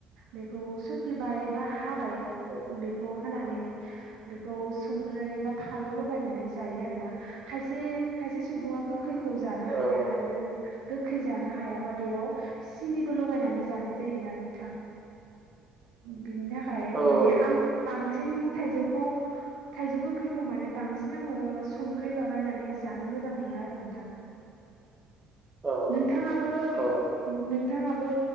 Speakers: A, on the right; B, on the right.
A: बेखौ सोरुरखिबाय बा हाबाय
B: औ
A: बेखौ हानानै बेखौ संख्रै बा फालु लगायनानै जायो आरोना खायसे खायसे सुबुङा गोखैखौ जानो
B: औ
A: हाया आरो गोखै जानो हायाबा बेयाव सिनिबो लगायनानै जानाय जायोना नोंथां बिनि थाखाय
B: औ
A: माने
B: नोंथां
A: आं बांसिन थाइजौखौ थाइजौ गोखैखौ माने बांसिन आंङो संख्रै लगायनानै जानो मोजां मो नो आरो नोंथां
B: <inaudible>
A: नोंथाङाबो
B: औ औ
A: नोंथाङाबो